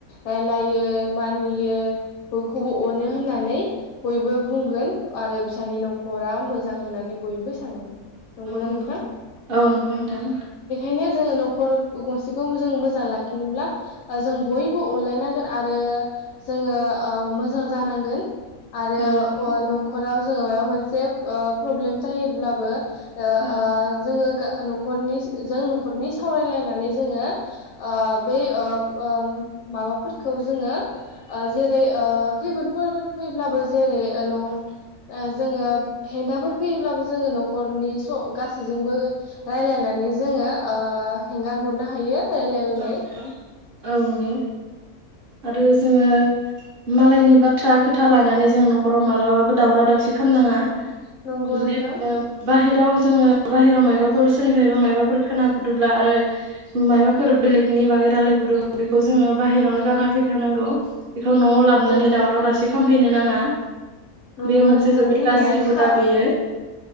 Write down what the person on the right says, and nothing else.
औ नंगौ
औ नंगौ नोंथां
औ नंगौ
औ
औ
औ नंगौ औ नंगौ आरो जोङो मालायनि बाथ्रा खोथा लानानै जों न'खराव मालाबाबो दावराव दावसि खामनाङा
जुदि
उम बाहेराव जोङो बाहेराव मायबाफोर सोरनिफ्रायबा मायबाफोर खोना बुदुब्ला आरो मायबा फोर बेलेगनि बागै रायलायबोदों बेखौ जोङो बाहेरावनो गारना फैखानांगौ बेखौ न'आव लाबोनानै
दावराव दावसि खामफैनो नाङा
बेयो मोनसे
जोबोद
गाज्रि
हुदा बेयो